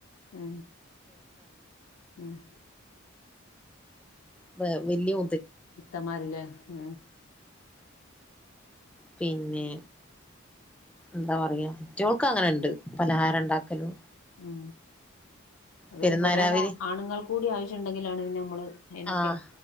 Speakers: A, on the left; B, in the centre.
A: ഉം ഉം
B: വ വല്യോ
A: ഇത്തമാരില്ലേ ആഹ്
B: പിന്നെ എന്താ പറയാ മറ്റോക്ക്ങ്ങനെണ്ട് പലഹാരം ഉണ്ടാക്കലും
A: ഉം പിന്നെ
B: പെരുന്നാരാവിന്
A: പെരേല് ആണുങ്ങൾ കൂടി ആവശ്യണ്ടെങ്കിലാണ് ഞമ്മള് അയ്നൊക്കെ
B: ആഹ്